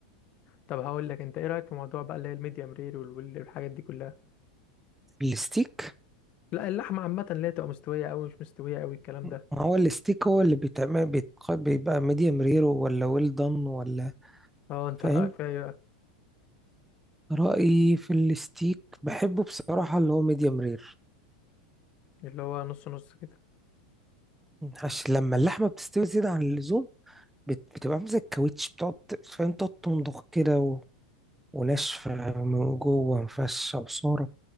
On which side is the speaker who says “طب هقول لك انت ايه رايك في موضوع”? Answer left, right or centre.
Left